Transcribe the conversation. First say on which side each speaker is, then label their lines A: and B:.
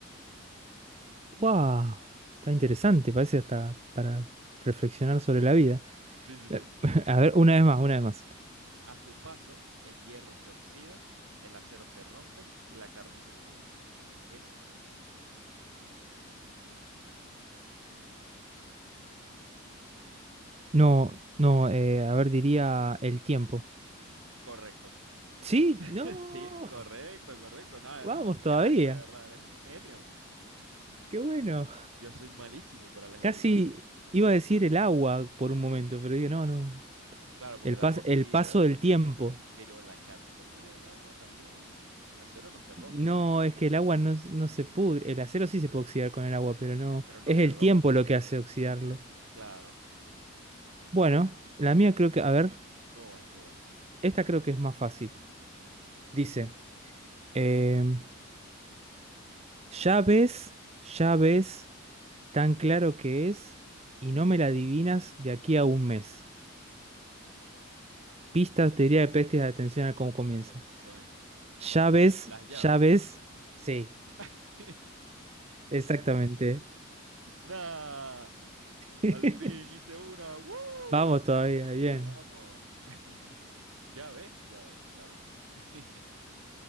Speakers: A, on the right; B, on the right.
A: ¡Wow! Está interesante, parece hasta para reflexionar sobre la vida.
B: Sí, sí, sí.
A: Eh, <laughs> A ver, una vez más, una vez más.
B: A su paso, el hierro se oxida, el acero se rompe y la carne se pudre. ¿Qué soy?
A: No, no, eh, a ver, diría el tiempo.
B: Correcto.
A: ¿Sí?
B: <laughs>
A: ¡No!
B: Sí, correcto, correcto. No, eres
A: Vamos
B: un crack,
A: todavía.
B: de verdad, eres un genio.
A: ¡Qué bueno!
B: Yo soy malísimo para las adivinanzas.
A: Casi iba a decir el agua por un momento, pero digo, no, no.
B: Claro, porque
A: El
B: el
A: pas-
B: agua oxida,
A: el paso del tiempo.
B: pero la carne se pudre en el agua también. El acero no se rompe,
A: No, es que el agua no, s- no se pudre. El acero sí se puede oxidar con el agua, pero no.
B: pero no
A: Es
B: se
A: el
B: rompe.
A: tiempo lo que hace oxidarlo.
B: Claro,
A: Bueno, la mía creo que. A ver,
B: estuvo buena, estuvo buena.
A: esta creo que es más fácil. Dice: em, Ya ves, ya ves, tan claro que es, y no me la adivinas de aquí a un mes. Pistas, teoría de pestes, atención a cómo comienza.
B: Son,
A: Ya
B: Las,
A: ves,
B: lla- las llaves.
A: ya ves. Sí,
B: <laughs>
A: exactamente.
B: ¡Nah!
A: <laughs>
B: Al fin hice una. ¡Woo!
A: Vamos todavía, bien.
B: Vamos. <laughs> Llaves, llaves, claro, claro. <laughs>